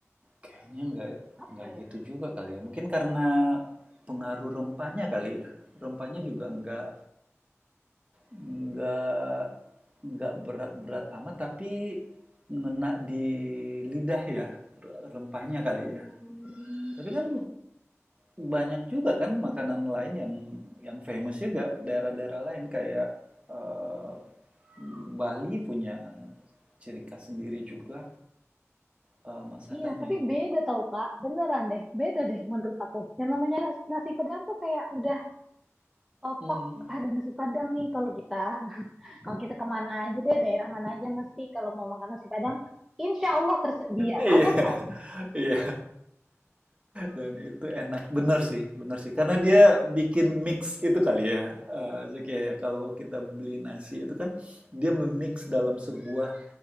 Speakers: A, on the right (about 25°); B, in the centre.
A: Kayaknya nggak
B: Apa
A: nggak
B: ya?
A: gitu juga kali ya, mungkin karena pengaruh rempahnya kali ya? Rempahnya juga nggak nggak nggak berat-berat amat tapi ngena di lidah ya rempahnya kali
B: Hmm,
A: ya tapi kan banyak juga kan makanan lain yang yang famous juga daerah-daerah lain kayak eh, Bali punya ciri khas sendiri juga eh, masakannya
B: iya, tapi beda tau Kak, beneran deh, beda deh menurut aku. Yang namanya nasi Padang tuh kayak udah otok
A: Mm.
B: ada nasi Padang nih kalau kita. <laughs> Kalau kita kemana aja deh, daerah mana aja mesti kalau mau makan nasi Padang, insya Allah tersedia,
A: Iya,
B: ada kok.
A: iya, dan itu enak bener sih, bener sih, karena dia bikin mix itu kali ya. Eh, Zaki, ya, kalau kita beli nasi itu kan dia memix dalam sebuah